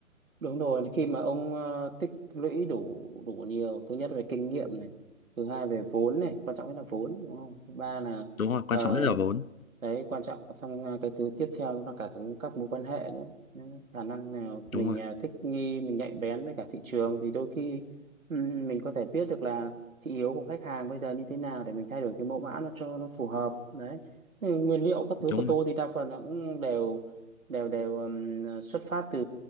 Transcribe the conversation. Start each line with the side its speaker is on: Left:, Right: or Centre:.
Right: Đúng rồi, khi mà ông ờ, tích lũy đủ đủ nhiều, thứ nhất là về kinh nghiệm này, thứ hai về vốn này, quan trọng nhất là vốn, đúng không? Thứ ba là
Left: Đúng rồi, quan
Right: ờ,
Left: trọng nhất là vốn.
Right: đấy quan trọng xong à, cái thứ tiếp theo nó là cả cái, các mối quan hệ nữa Nên khả năng nào mình
Left: Đúng rồi,
Right: à, thích nghi mình nhạy bén với cả thị trường thì đôi khi ừm, mình có thể biết được là thị hiếu của khách hàng bây giờ như thế nào để mình thay đổi cái mẫu mã nó cho nó phù hợp đấy Ừ, nguyên liệu các thứ
Left: đúng
Right: của
Left: rồi,
Right: tôi thì đa phần là cũng đều đều đều ừm, xuất phát từ